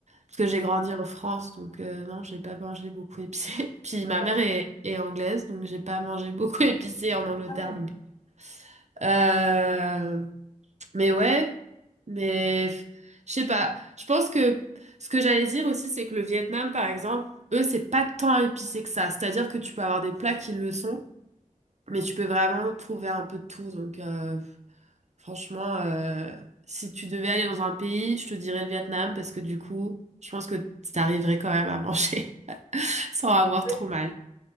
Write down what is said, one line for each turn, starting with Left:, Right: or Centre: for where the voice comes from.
Right: parce que j'ai grandi en France donc euh, non, j'ai pas mangé beaucoup épicé. <laughs> Puis ma
Left: Ouais.
Right: mère est, est anglaise donc j'ai pas mangé beaucoup <laughs> épicé en Angleterre
Left: Ah ouais.
Right: non plus. Euh, mais ouais, mais f- je sais pas. Je pense que ce que j'allais dire aussi, c'est que le Vietnam, par exemple, eux, c'est pas tant épicé que ça. C'est-à-dire que tu peux avoir des plats qui le sont, mais tu peux vraiment trouver un peu de tout. Donc, euh, franchement, euh, si tu devais aller dans un pays, je te dirais le Vietnam parce que du coup, je pense que t'arriverais quand même à manger <laughs> sans avoir
Left: ouais.
Right: trop mal.